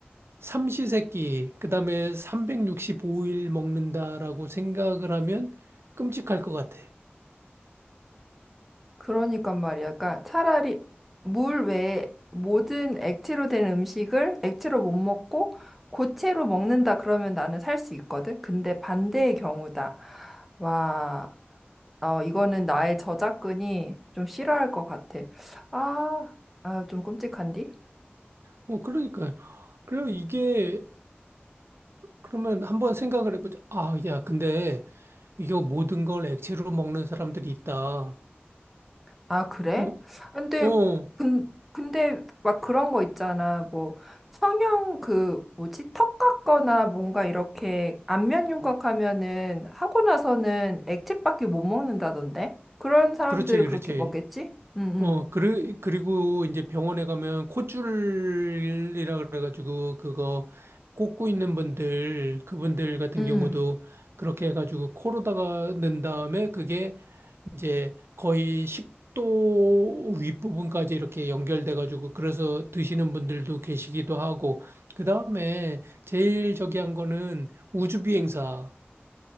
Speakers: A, on the right; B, in the centre.
A: 삼시세끼, 그다음에 365일 먹는다라고 생각을 하면 끔찍할 것 같아.
B: 그러니까 말이야. 그러니까 차라리 물 외에 모든 액체로 된 음식을 액체로 못 먹고 고체로 먹는다 그러면 나는 살 수 있거든. 근데 반대의 경우다. 와. 어, 이거는 나의 저작근이 좀 싫어할 것 같아. 아, 아, 좀 끔찍한디?
A: 뭐 그러니까 그리고 이게 그러면 한번 생각을 해보자. 아, 야, 근데 이거 모든 걸 액체로 먹는 사람들이 있다.
B: 아, 그래?
A: 어?
B: 근데,
A: 어,
B: 근, 근데 막 그런 거 있잖아. 뭐, 성형 그, 뭐지? 턱 깎거나 뭔가 이렇게 안면 윤곽하면은 하고 나서는 액체밖에 못 먹는다던데? 그런 사람들은
A: 그렇지, 그렇지.
B: 그렇게 먹겠지? 응, 응.
A: 어, 그리, 그리고 이제 병원에 가면 콧줄이라 그래가지고 그거 꽂고 있는 분들, 그분들 같은
B: 응.
A: 경우도 그렇게 해가지고 코로다가 넣은 다음에 그게 이제 거의 식도 윗부분까지 이렇게 연결돼가지고 그래서 드시는 분들도 계시기도 하고 그 다음에 제일 저기 한 거는 우주비행사